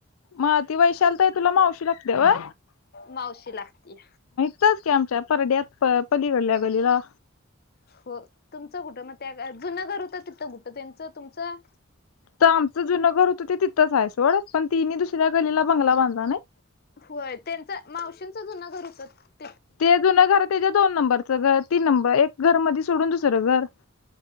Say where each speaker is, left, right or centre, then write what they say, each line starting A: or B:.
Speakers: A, on the left; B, on the left.
A: म ती वैशाली ताई तुला मावशी लागतीय होय.
B: मावशी लागतीय.
A: हितच की आमच्या परड्यात पलीकडल्या गलीला.
B: हो तुमचं कुठं मग त्या जुन घर हू तिथं कुठं त्याचं तुमचं
A: तर आमचं जुन घर होतं ते तिथंच आहेय सोड, पण तिनी दुसऱ्या गलीला बंगला बांधला नाही.
B: होय त्यांचा मावशींचा जुना घर हुत
A: ते जुन घर त्यांच्या दोन नंबरला <unintelligible> तीन नंबर एक घर मधी सोडून दुसरं घर.